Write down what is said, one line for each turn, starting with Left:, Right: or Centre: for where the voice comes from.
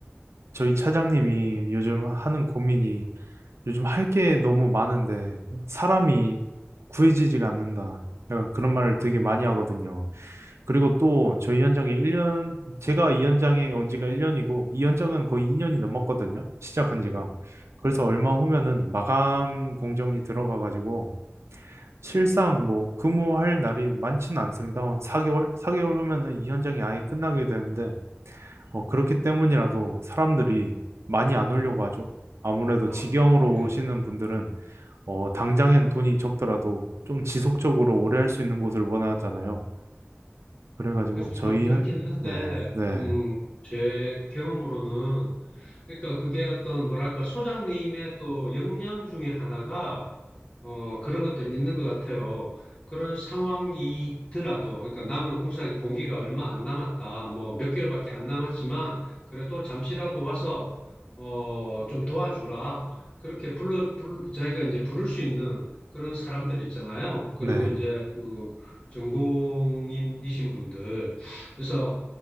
Right: 저희 차장님이 요즘 하는 고민이 요즘 할 게 너무 많은데 사람이 구해지지가 않는다. 약간 그런 말을 되게 많이 하거든요. 그리고 또 저희 현장에 1년, 제가 이 현장에 온 지가 1년이고, 이 현장은 거의 2년이 넘었거든요. 시작한 지가. 그래서 얼마 후면은 마감 공정이 들어가가지고, 실상 뭐 근무할 날이 많지는 않습니다. 한 4개월? 4개월 후면은 이 현장이 아예 끝나게 되는데, 어, 그렇기 때문이라도 사람들이 많이 안 오려고 하죠. 아무래도
Left: 아,
Right: 직영으로
Left: 네.
Right: 오시는 분들은, 어, 당장엔 돈이 적더라도 좀 지속적으로 오래 할 수 있는 곳을 원하잖아요. 그래가지고
Left: 그렇죠.
Right: 저희
Left: 그렇긴
Right: 현,
Left: 한데,
Right: 네, 네,
Left: 음, 제 경험으로는, 그러니까 그게 어떤, 뭐랄까, 소장님의 또 역량 중에 하나가 어, 그런 것들이 있는 것 같아요. 그런 상황이더라도, 그러니까 남은 공사기 공기가 얼마 안 남았다, 뭐 몇 개월밖에 안 남았지만, 그래도 잠시라도 와서, 어, 좀 도와주라. 그렇게 불러, 불, 자기가 이제 부를 수 있는 그런 사람들 있잖아요. 그리고
Right: 네,
Left: 이제 그 전공인이신 분들. 그래서